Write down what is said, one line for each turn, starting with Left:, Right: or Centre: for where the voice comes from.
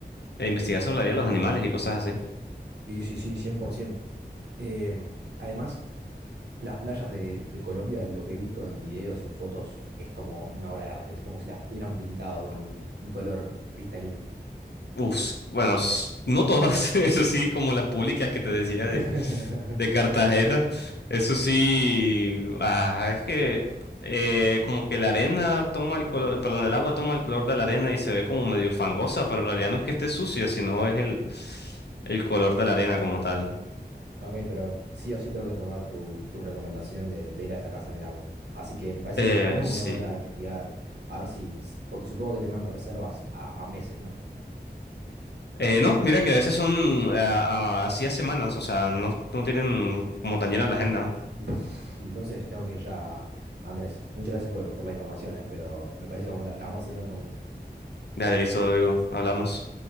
Left: eh, investigar sobre la vida de los animales y cosas así.
Right: Sí, sí, sí, 100%. Em, además, Las playas de, de Colombia, lo que he visto en videos, en fotos, es como una obra de arte, es como si las hubieran pintado con un color cristalino.
Left: Uf, bueno, s- no todas, <laughs> eso sí, como las públicas que te decía de...
Right: <laughs>
Left: de Cartagena. Eso sí, ah, es que eh, como que la arena toma el color, perdón, el agua toma el color de la arena y se ve como medio fangosa, pero en realidad no es que esté sucia, sino es el, el color de la arena como tal.
Right: Ok, pero sí o sí tengo que tomar tu, tu recomendación de, de ir a esa casa en el agua. Así que me parece
Left: Eh,
Right: que ya mismo
Left: sí.
Right: me voy a poner a investigar, a ver si, porque supongo que tendrán reservas a, a meses, ¿no?
Left: Eh, no, mira que a veces son a- a- así a semanas, o sea, no, no tienen como tan llena la agenda.
Right: Uf, entonces tengo que ir ya, Andrés. Muchas gracias por, por la información, eh, pero me parece que vamos, la, la vamos a tener en otro momento.
Left: Dale, listo, te lo digo, hablamos.